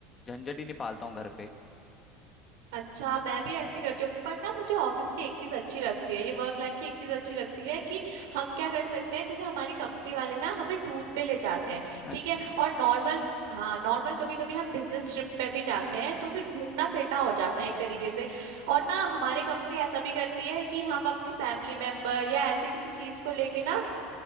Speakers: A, on the left (about 20°); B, on the right (about 85°).
A: झंझट ही नहीं पालता हूँ घर पे
B: अच्छा मैं भी ऐसी करती हूँ पर ना मुझे ऑफिस की एक चीज अच्छी लगती है ये वर्क लाइफ की एक चीज अच्छी लगती है कि हम क्या कर सकते हैं जैसे हमारी कंपनी वाले ना हमें टूर पे ले जाते हैं
A: अच्छा
B: ठीक है और नॉर्मल हाँ नॉर्मल कभी कभी हम बिजनेस ट्रिप पे भी जाते हैं तो फिर घूमना फिरना हो जाता है एक तरीके से और ना हमारी कंपनी ऐसा भी करती है कि हम अपने फैमिली मेंबर या ऐसे किसी चीज को लेके ना